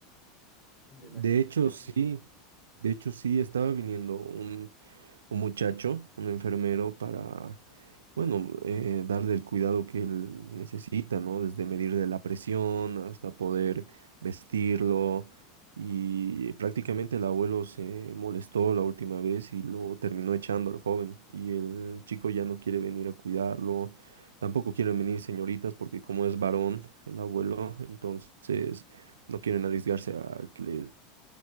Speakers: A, on the left; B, on the right.
A: de
B: De
A: la situación.
B: hecho, sí, de hecho, sí, estaba viniendo un, un muchacho, un enfermero, para, bueno, eh, darle el cuidado que él necesita, ¿no? Desde medirle la presión hasta poder vestirlo. Y prácticamente el abuelo se molestó la última vez y lo terminó echando al joven. Y el chico ya no quiere venir a cuidarlo. Tampoco quieren venir señoritas porque como es varón el abuelo, entonces no quieren arriesgarse a que les